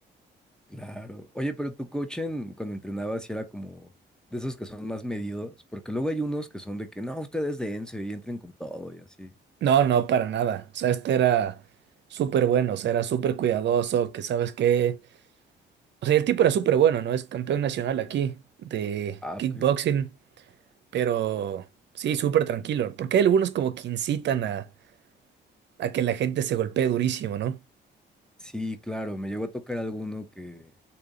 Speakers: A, in the centre; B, on the right.
A: Claro. Oye, pero tu coach en- cuando entrenabas sí era como de esos que son más medidos, porque luego hay unos que son de que no, ustedes dense y entren con todo y así.
B: No, no, para nada. O sea, este era súper bueno, o sea, era súper cuidadoso, que sabes qué, O sea, el tipo era súper bueno, ¿no? Es campeón nacional aquí de
A: Ah,
B: kickboxing,
A: ok.
B: pero sí, súper tranquilo. Porque hay algunos como que incitan a, a que la gente se golpee durísimo, ¿no?
A: Sí, claro, me llegó a tocar alguno que